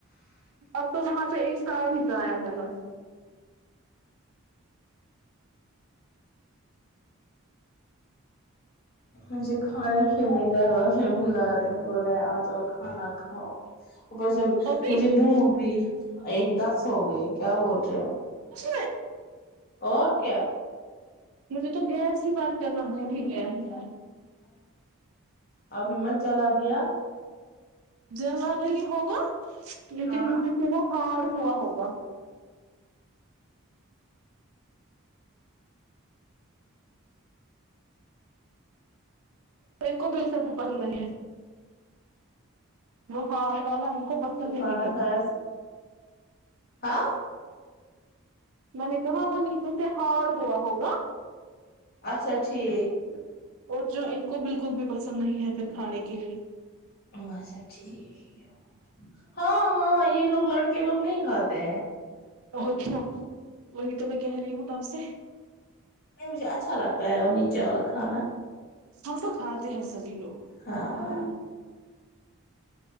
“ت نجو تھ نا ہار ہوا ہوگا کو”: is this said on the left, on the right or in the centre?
Right